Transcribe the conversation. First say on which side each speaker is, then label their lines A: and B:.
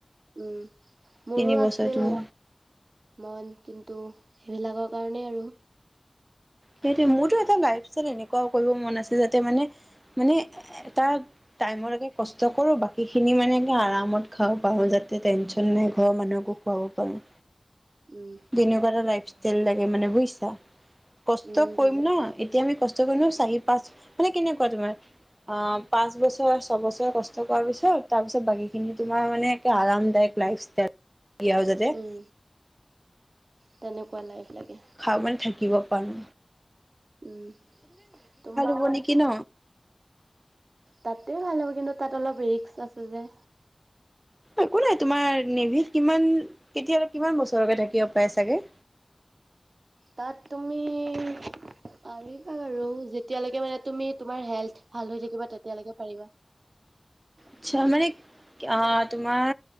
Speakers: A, on the right (about 90°); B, on the right (about 20°).
A: উম, মোৰো
B: তিনি বছৰ
A: আছিল
B: তুমি
A: মন কিন্তু, সেইবিলাকৰ কাৰণে আৰু
B: সেইটো মোৰতো এটা লাইভ ছেট এনেকুৱা কৰিব মন আছে- যাতে মানে - মানে এটা টাইম লৈকে কষ্ট কৰোঁ বাকী খিনি মানে আৰামত খাব পাৰো যাতে টেনচন নাই ঘৰৰ মানুহকো খুৱাব পাৰো।
A: উম
B: বিনিয়োগতে লাইফ, তেল লাগে মানে বুইছা? কষ্ট
A: উম
B: কৰিম
A: বুজি
B: ন', এতিয়া আমি কষ্ট কৰি চাৰি -পাঁচ মানে কেনেকুৱা তোমাৰ আঃ পাঁচ বছৰ, ছবছৰ কষ্ট কৰাৰ পিছত তাৰ পিছত বাকীখিনি তোমাৰ মানে একে আৰামদায়ক লাইফ ষ্টাইল। <unintelligible>
A: উম তেনেকুৱা লাইফ, লাগে
B: খাবান থাকি, শিকিব পাৰোঁ।
A: উম, তোমাৰ
B: হ'ব নেকি ন
A: তাতেই ভাল হ'ব কিন্তু, তাত অলপ ৰিস্ক আছে যে।
B: একো নাই তোমাৰ নেভিত কিমান কেতিয়াল, কিমান বছৰকে থাকিব পাৰে চাগে,
A: তাত তুমি পাৰিবা বাৰু যেতিয়ালৈকে মানে তুমি তোমাৰ হেল্থ ভাল হৈ থাকিবা তেতিয়ালৈকে পাৰিবা।
B: আচ্ছা মানে আহ ', তোমাৰ